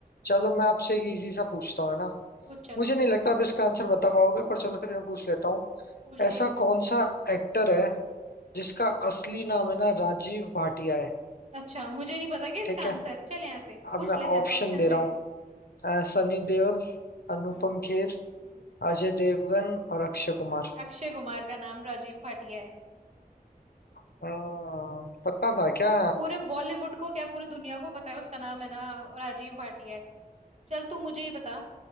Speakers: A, on the left; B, on the right.
A: चलो मैं आपसे एक इजी सा पूछता हूँ है ना
B: पूछ चल
A: मुझे नहीं लगता आप इसका आंसर बता पाओगे पर चलो फिर मैं पूछ लेता हूँ
B: पूछ
A: ऐसा
B: ले
A: कौन सा एक्टर है जिसका असली नाम है ना राजीव भाटिया है
B: अच्छा मुझे नहीं पता क्या इसका
A: ठीक
B: आंसर
A: है
B: चल यहाँ से पूछ
A: अब मैं
B: ले चल
A: ऑप्शन
B: ऑप्शन
A: दे
B: दे
A: रहा हूँ अ, सनी देओल अनुपम
B: हम्म
A: खेर
B: हम्म
A: अजय देवगन और अक्षय कुमार
B: अक्षय कुमार का नाम राजीव भाटिया है
A: हम्म, पता था क्या
B: पूरे बॉलीवुड को क्या पूरी दुनिया को पता है उसका नाम है ना राजीव भाटिया है चल तू मुझे ये बता